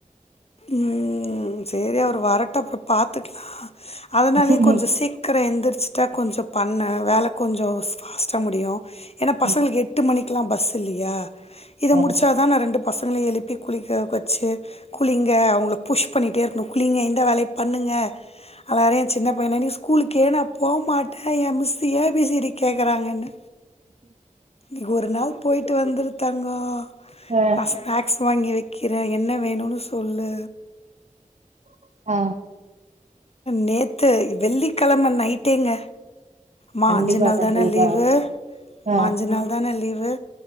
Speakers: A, on the left (about 45°); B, on the right (about 55°).
A: ம் சரி அவர் வரட்ட அப்பற பாத்துக்கலா அதனாலயே
B: ம்
A: கொஞ்ச சீக்கிர எந்திர் ச்சுட்டா கொஞ்ச பண்ண வேலை கொஞ்ச பாஸ்டா முடியு ஏன்னா பசங்களுக்கு
B: ம்,
A: எட்டு மணிக்கெல்லா பஸ் இல்லையா இத
B: ஆமா
A: முடிச்சாதான ரெண்டு பசங்கள எழுப்பி குளிக்க வச்சு குளிங்க அவங்கள புஷ் பண்ணிட்டே இருக்கணு குங்க இந்த வேலைய பண்ணுங்க ஆ எல்லாரயு ஏ சின்ன பைய நீக்கு ஸ்கூலுக்கே நா போமாட்டே ஏ miss A B C D கேக்குறாங்கன்னு இ ஒரு நாள் போயிட்டு வந்திரு தங்கோ
B: ஆ
A: நா ஸ்நாக்ஸ் வாங்கி வைக்கிறே என்ன வேணுன்னு சொல்லு
B: ஆ
A: நேத்து வெள்ளிக்கெழம நைட்டேங்க மா
B: கண்டிப்பா
A: அஞ்சு நாள்
B: கண்டிப்பா
A: தான லிவு
B: ஆ
A: மா அஞ்சு நாள் தான லிவு